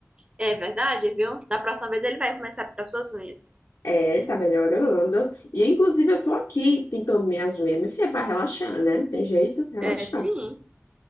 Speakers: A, on the right; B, on the left.
A: É verdade, viu? Da próxima vez ele vai começar a pintar suas unhas.
B: É, ele tá melhorando. E inclusive eu tô aqui pintando minhas unhas, minha filha, é pra relaxar, né? Não tem jeito, relaxar.
A: É, sim.